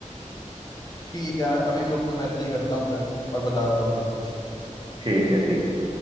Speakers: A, on the left; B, on the right.
A: ठीक है मैं अभी ग्रुप में मैसेज ही करता हूँ फिर और बताता हूँ सब कुछ
B: ठीक है ठीक है